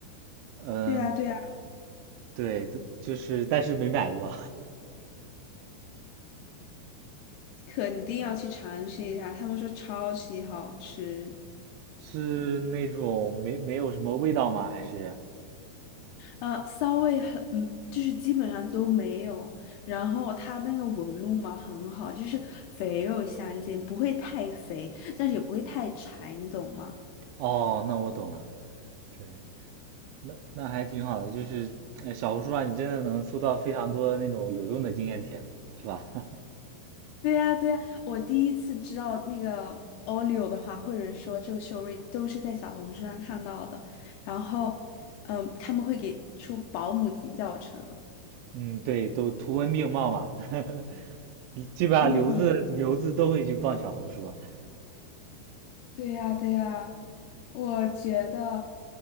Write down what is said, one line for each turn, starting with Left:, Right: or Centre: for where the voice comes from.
Right: 嗯，
Left: 对啊，对啊，
Right: 对，这就是但是没买过，
Left: 肯定要去尝试一下，他们说超级好吃。
Right: <laughs> 是那种没没有什么味道吗？还是？
Left: 呃，骚味很，嗯，就是基本上都没有。然后它那个纹路嘛很好，就是肥肉相间，不会太肥，但是也不会太柴，你懂吗？
Right: 哦，那我懂了。对，那那还挺好的，就是哎，小红书上你真的能搜到非常多那种有用的经验帖子，是吧？<laughs>
Left: 对呀，对呀，我第一次知道那个 Olio 的话，或者说这个 s h o r i p 都是在小红书上看到的。然后，嗯，他们会给出保姆级教程。
Right: 嗯，对，都图文并茂嘛，<laughs> 基本上留子留子都会去逛小红书啊。
Left: 嗯，对呀，对呀，我觉得